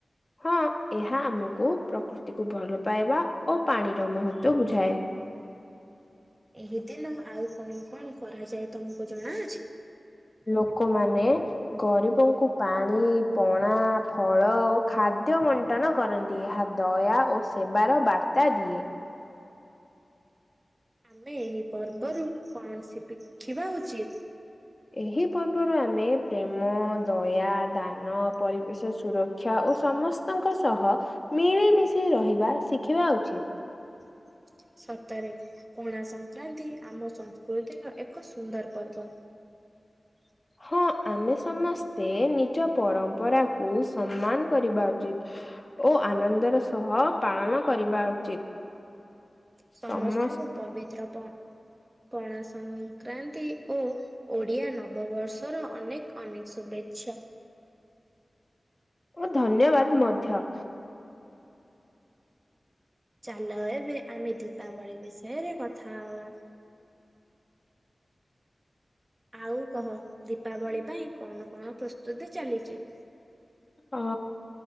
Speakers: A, on the left; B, on the right.
A: ହଁ ଏହା ଆମକୁ ପ୍ରକୃତିକୁ ଭଲ ପାଇବା ଓ ପାଣିର ମହତୁଅ ବୁଝାଏ।
B: ଏହି ଦିନ ଆଉ କଣ କଣ କରାଯାଏ ତମକୁ ଜଣାଅଛି?
A: ଲୋକମାନେ ଗରିବଙ୍କୁ ପାଣି ପଣା ଫଳ ଓ ଖାଦ୍ୟ ମ ବଠନ କରନ୍ତି ଏହା ଦୟା ଓ ସେବାର ବାର୍ତ୍ତା ଦିଏ।
B: ଆମେ ଏହି ପର୍ବରୁ କୌଣସି ପିଖିବା ଉଚିତ୍।
A: ଏହି ପର୍ବରୁ ଆମେ ପ୍ରେମ ଦୟା ଦାନ ପରିବେଶ ସୁରକ୍ଷ ଶିକ୍ଷା ଓ ସମସ୍ତଙ୍କ ସହ ମିଳିମିଶି ରହିବା ଶିଖିବା ଉଚିତ୍।
B: <inaudible> ସତରେ ପଣା ସଂକ୍ରାନ୍ତି ଆମ ସଂସ୍କୃତିର ଏକ ସୁନ୍ଦର ପର୍ବ। <inaudible>
A: ହଁ ଆମେ ସମସ୍ତେ ନିଜ ପରମ୍ପରାକୁୁ ସମ୍ମାନ କରିବା ଉଚିତ୍। ଓ ଆନନ୍ଦର ସହ ପାଳନ କରିବା ଉଚିତ।
B: ସମସ୍ତଙ୍କୁ
A: ସମ
B: ପବିତ୍ର ପଣା ସଂକ୍ରକ୍ରାନ୍ତି ଓ ଓଡିଆ ନବବର୍ଷର ଅନେକ ଅନେକ ଶୁଭେଚ୍ଛା
A: ଓ ଧନ୍ୟବାଦ ମଧ୍ୟ।
B: ଚାଲ ଏବେ ଆମେ ଦୀପାବଳି ବିଷୟରେ କଥା ହବା। ଆଉ କହ ଦୀପାବଳି ପାଇଁ କଣ କଣ ପ୍ରସ୍ତୁତି ଚାଲିଛି?
A: ଅ